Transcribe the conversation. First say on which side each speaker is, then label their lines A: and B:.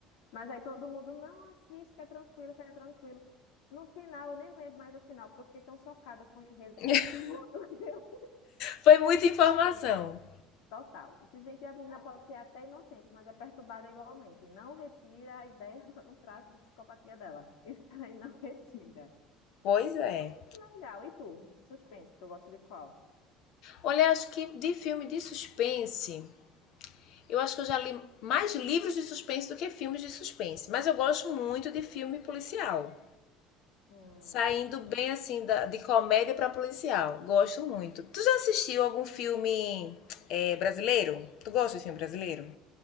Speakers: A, on the left; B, on the left.
A: Mas aí todo mundo, não, assiste, que é tranquilo, que é tranquilo. No final, eu nem lembro mais do final, porque eu fiquei tão chocada com o enredo,
B: <laughs>
A: com tudo <laughs> que eu
B: Foi muita informação.
A: vi. Total. Esse gente, a menina pode ser até inocente, mas é perturbada igualmente. Não retira a ideia, o traço de psicopatia dela. <laughs> Isso aí não retira.
B: Pois é.
A: Nossa, que legal. E tu? Suspense, tu gosta de qual?
B: Olha, acho que de filme de suspense, eu acho que eu já li mais livros de suspense do que filmes de suspense. Mas eu gosto muito de filme policial.
A: Hum,
B: Saindo bem assim da, de comédia pra policial. Gosto muito. Tu já assistiu algum filme é, brasileiro? Tu gosta de filme brasileiro?